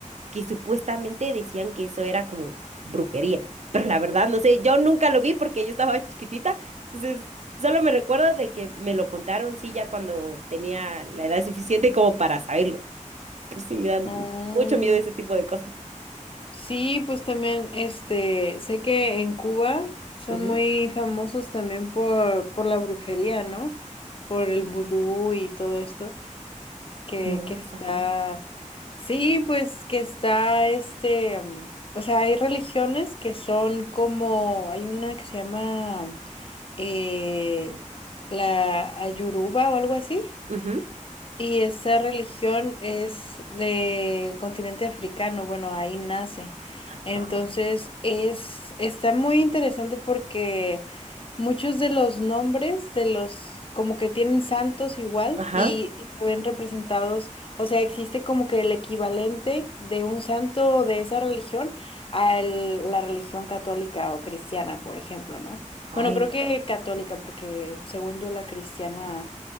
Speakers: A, on the right; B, on the left.
A: que supuestamente decían que eso era como brujería, pero la verdad no sé, yo nunca lo vi porque yo estaba chiquitita, entonces solo me recuerdo de que me lo contaron, sí, ya cuando tenía la edad suficiente como para saberlo, pero sí me dan
B: Mm,
A: mucho miedo ese tipo de cosas.
B: Sí, pues también, este, sé que en Cuba son
A: Ujú.
B: muy famosos también por, por la brujería, ¿no? Por el vudú y todo esto, que,
A: No,
B: que
A: no
B: está,
A: sabía.
B: sí, pues que está, este, mm, o sea, hay religiones que son como, hay una que se llama eh, la Ayuruba o algo así
A: Ujú.
B: y esa religión es del continente africano, bueno, ahí nace.
A: Ah,
B: Entonces es, está muy interesante porque muchos de los nombres de los, como que tienen santos igual
A: ajá.
B: y, y se ven representados, o sea, existe como que el equivalente de un santo de esa religión a el- la religión católica o cristiana, por ejemplo, ¿no?
A: Ay.
B: Bueno, creo que católica, porque según yo la cristiana